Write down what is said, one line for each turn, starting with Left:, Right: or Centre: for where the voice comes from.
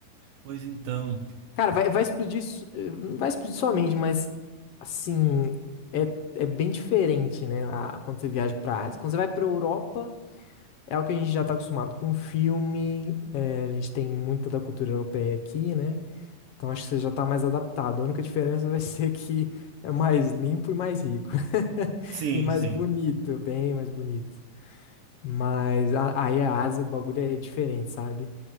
Right: Pois então.
Left: Cara, vai, vai explodir, su- eh, não vai explodir sua mente, mas, assim, é, é bem diferente, né, a- quando você viaja pra Ásia. Quando você vai pra Europa. É algo que a gente já está acostumado com filme, é, a gente tem muita da cultura europeia aqui, né? Então acho que você já está mais adaptado. A única diferença <laughs> vai ser que é mais limpo e mais rico. <laughs>
Right: Sim,
Left: E mais
Right: sim,
Left: bonito, bem mais bonito. Mas a- aí a Ásia, o bagulho é diferente, sabe?